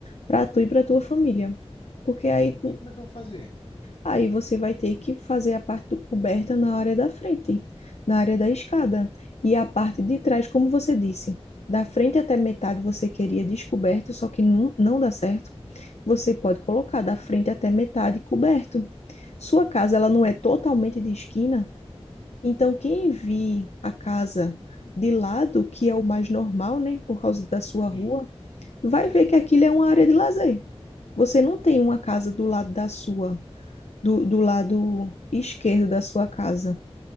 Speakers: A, on the left; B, on the left.
A: para tu e para tua família. Porque aí,
B: E como é que eu vou fazer?
A: aí você vai ter que fazer a parte do coberta na área da frente, na área da escada. E a parte de trás, como você disse, da frente até metade você queria descoberto, só que não, não dá certo. Você pode
B: Hum,
A: colocar da frente até metade coberto. Sua casa, ela não é totalmente de esquina, então, quem vir a casa
B: hum.
A: de lado, que é o mais normal, né, por causa da sua
B: Sim,
A: rua, vai
B: é,
A: ver que aquilo é uma área de lazer. Você não tem uma casa do lado da sua, do, do lado esquerdo da sua casa.